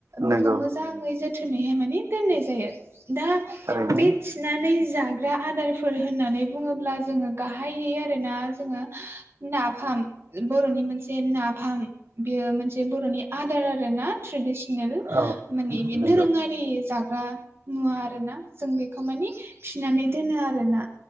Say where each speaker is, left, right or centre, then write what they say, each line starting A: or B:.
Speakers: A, on the right; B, on the right.
A: बेखौ
B: नंगौ
A: मोजाङै जोथोनैहाय माने दोननाय जायो दा
B: थारैनो
A: बे थिनानै जाग्रा आदारफोर होननानै बुङोब्ला जोङो गाहायै आरोना जोङो नाफाम बर'नि मोनसे नाफाम बेयो मोनसे बर'नि आदार आरो ना ट्रेडिसनेल
B: औ
A: माने बे
B: नंगौ
A: दोरोङारि जाग्रा नुवा आरो ना जों बेखौ माने थिनानै दोनो आरोना